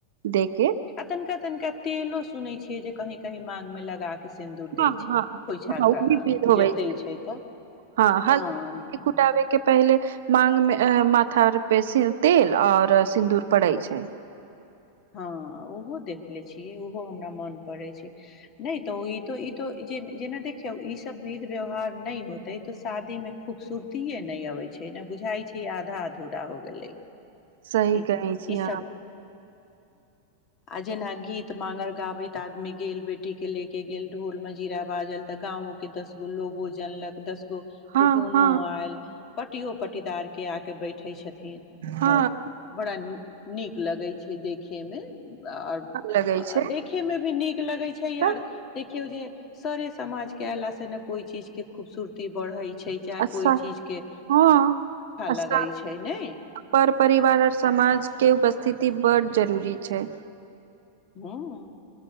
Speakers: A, on the right; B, on the left.
A: दे के
B: आ तनिका तनिका तेलो सुनै छी जे जे कही कही मांग मे लगा सिन्दूर
A: हँ
B: दै छै
A: हँ
B: खोँइछा घर
A: हँ ओ भी विध होबै
B: जब दै छै तऽ
A: हँ
B: हँ
A: हल्दी कुटाबे के पहिले मांग मे माथा आर पे तेल आ सिन्दूर पड़ै छै
B: हँ ओहो देख ले छियै ओहो हमरा मन पड़ै छै नहि तऽ ई तो जेना देखियौ ईसभ विध व्यवहार नहि होतै तऽ शादी मे खूबसूरतीए नहि अबैत छै ने बुझाइ छै आधा अधूरा हो गेलै
A: सही
B: ई
A: कहै छी अहाँ
B: सब जेना गीत मागर गाबैत आदमी गेल बेटी के ले के गेल ढ़ोल मे जीरा बाजल तऽ गाँंव के दस लोगो जानलक दस
A: हँ
B: कुटुम
A: हँ
B: मो आयल पटियो पटीदार के आ के बैठे छथिन
A: हँ
B: तऽ बड़ा नीक लगै छै देखियमे आओर
A: लगै छै
B: देखे मे भी नीक लगै छै यार
A: तऽ
B: देखियौ जे सारे समाज के अयलाासे ने कोई चीज के खूबसूुरती बढ़ै छै चाहे
A: अच्छा
B: कोइ चीज के
A: हँ अच्छा
B: लगै छै ने
A: पर परिवार आओर समाज के उपस्थिति बड जरूरी छै
B: हॅं